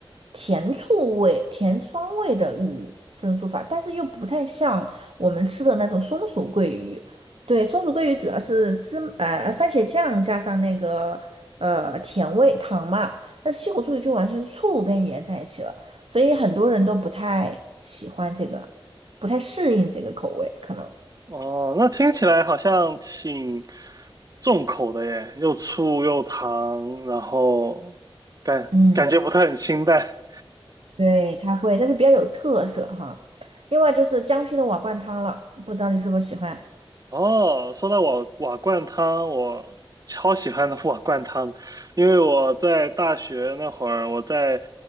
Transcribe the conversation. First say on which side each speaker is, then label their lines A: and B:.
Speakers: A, on the right (about 80°); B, on the right (about 40°).
A: 甜醋味、甜酸味的鱼这种做法，但是又不太像我们吃的那种松鼠桂鱼。对，松鼠桂鱼主要是芝呃番茄酱加上那个呃甜味糖嘛，那西湖醋鱼就完全是醋跟盐在一起了，所以很多人都不太喜欢这个，不太适应这个口味，可能。
B: 哦，那听起来好像挺重口的耶，又醋又糖，然后感感觉不太很清淡。
A: 嗯。对，它会，但是比较有特色哈。另外就是江西的瓦罐汤了，不知道你是否喜欢？
B: 哦，说到瓦瓦罐汤，我超喜欢的瓦罐汤的，因为我在大学那会儿，我在